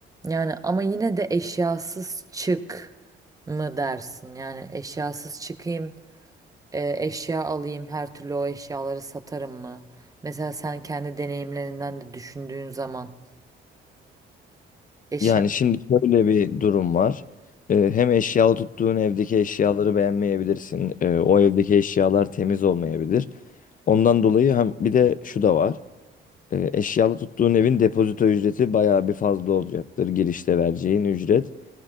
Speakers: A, on the right; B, on the left.
A: Yani ama yine de eşyasız çık mı dersin? Yani eşyasız çıkayım, e, eşya alayım, her türlü o eşyaları satarım mı? Mesela sen kendi deneyimlerinden de düşündüğün zaman eşya.
B: Yani şimdi şöyle bir durum var. E, hem eşyalı tuttuğun evdeki eşyaları beğenmeyebilirsin. E, o evdeki eşyalar temiz olmayabilir. Ondan dolayı hem bir de şu da var. E, Eşyalı tuttuğun evin depozito ücreti bayağı bir fazla olacaktır girişte vereceğin ücret.